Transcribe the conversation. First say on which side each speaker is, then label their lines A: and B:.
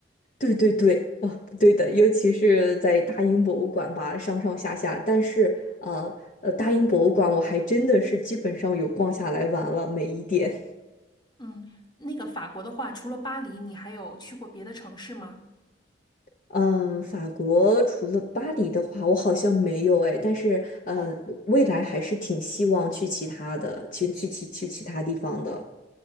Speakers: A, on the left; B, on the left.
A: 对对对，啊，对的，尤其是在大英博物馆吧，上上下下，但是呃呃大英博物馆我还真的是基本上有逛下来玩了每一点。
B: 嗯，那个法国的话，除了巴黎，你还有去过别的城市吗？
A: 嗯，法国除了巴黎的话，我好像没有哎，但是呃，
B: 哦
A: 未来还是挺希望去其他的，去去去去其他地方的。